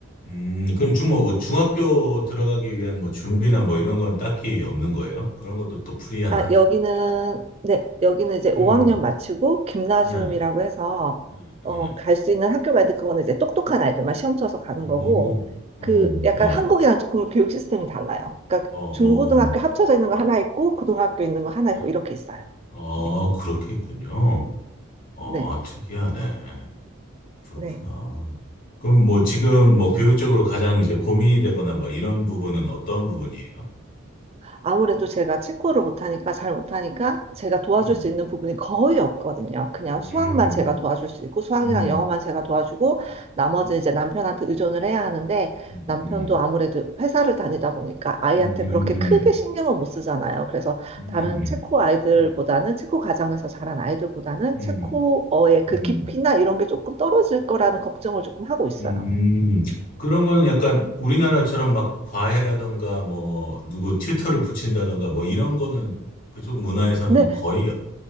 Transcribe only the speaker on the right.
아, 여기는, 네, 여기는 이제
5학년 마치고, 김나지움이라고
해서,
어,
갈 수 있는 학교가 있는데, 그거는 이제 똑똑한 아이들만 시험 쳐서 가는
거고,
그 약간
한국이랑 조금 교육 시스템이 달라요. 그러니까
중고등학교 합쳐져 있는 거 하나 있고, 고등학교 있는 거 하나
있고, 이렇게 있어요.
네,
네,
네.
아무래도 제가 체코를 못하니까 잘 못하니까 제가 도와줄
수 있는 부분이 거의 없거든요. 그냥
수학만 제가 도와줄 수 있고 수학이랑
영어만 제가 도와주고 나머지는
이제 남편한테 의존을 해야 하는데
남편도
아무래도 회사를 다니다 보니까 아이한테
그렇게 크게
신경을 못 쓰잖아요. 그래서
다른
체코 아이들보다는
체코 가정에서 자란 아이들보다는
체코어의
그
깊이나
이런 게 조금 떨어질 거라는 걱정을 조금 하고 있어요.
네,